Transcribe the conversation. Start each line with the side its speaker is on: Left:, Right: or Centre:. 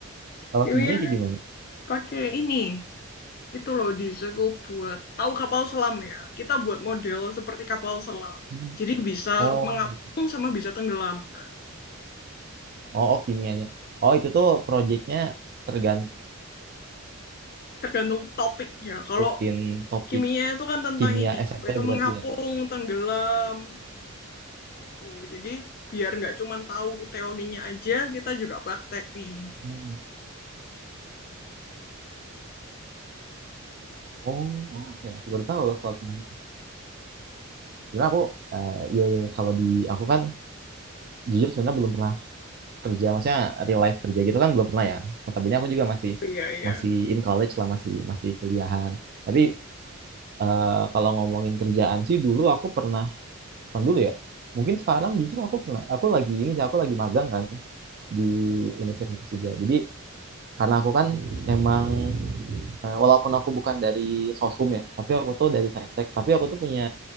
Right: Kalau
Left: kimia
Right: kimia kayak gimana?
Left: pakai ini. Itu loh disuruh buat tahu kapal selam ya. Kita buat model seperti kapal selam.
Right: Hmm.
Left: Jadi bisa
Right: Oh.
Left: mengapung
Right: iya.
Left: sama bisa tenggelam kan.
Right: Oh, oh kimianya. Oh itu tuh proyeknya tergantung
Left: tergantung topiknya. Kalau
Right: ikutin topik
Left: kimia itu kan tentang
Right: kimia
Left: ini,
Right: SMP
Left: yaitu mengapung,
Right: berarti ya.
Left: tenggelam, gitu. Jadi biar nggak cuma tahu teorinya aja, kita juga praktek nih.
Right: Hmm. Oh, oh, oke. Aku baru tahu loh soal tentang itu. Sebenarnya aku, eh iya, iya, iya. kalau di aku kan jujur sebenarnya belum pernah kerja, maksudnya real life kerja gitu kan belum pernah ya. Notabene aku juga masih
Left: Iya, iya.
Right: masih in college lah, masih masih kuliahan. Tapi eh kalau ngomongin kerjaan sih dulu aku pernah, bukan dulu ya. Mungkin sekarang justru aku pernah, aku lagi ini sih, aku lagi magang kan di universitas juga. Jadi Karena aku kan emang eh, walaupun aku bukan dari sosum ya, tapi aku tuh dari saintek. Tapi aku tuh punya